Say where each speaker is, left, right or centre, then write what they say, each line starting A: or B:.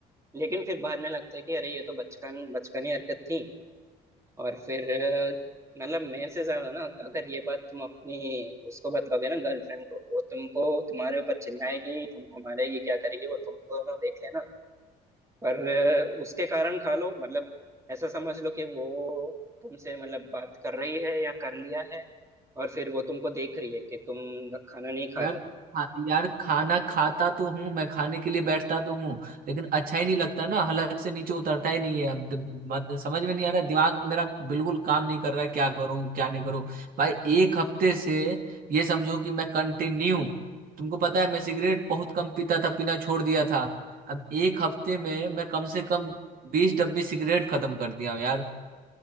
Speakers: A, on the right; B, on the right.
A: लेकिन फिर बाद में लगता है कि अरे ये तो बचपन बचकानी हरकत थी और फिर अ, मतलब मेरे से ज्यादा ना तो अगर ये बात तुम अपनी उसको बताओगे ना गर्लफ्रेंड को वो तुमको तुम्हारे ऊपर चिल्लाएगी तुमको मारेगी क्या करेगी वो तुम दोनों देख लेना पर अ, उसके कारण खा लो मतलब ऐसा समझ लो कि वो तुमसे मतलब बात कर रही है या कर लिया है और फिर वो तुमको देख रही है कि तुम खाना नहीं खा
B: यार
A: रहे
B: खा- यार खाना खाता तो हूँ मैं खाने के लिए बैठता तो हूँ लेकिन अच्छा ही नहीं लगता ना हलक से नीचे उतरता ही नहीं है अब दिम- मत, समझ में नहीं आ रहा दिमाग मेरा बिल्कुल काम नहीं कर रहा है क्या करूँ क्या नहीं करूँ भाई एक हफ्ते से ये समझो कि मैं कंटिन्यू तुमको पता है मैं सिगरेट बहुत कम पीता था पीना छोड़ दिया था अब एक हफ्ते में मैं कम से कम बीस डब्बी सिगरेट खत्म कर दिया हूँ यार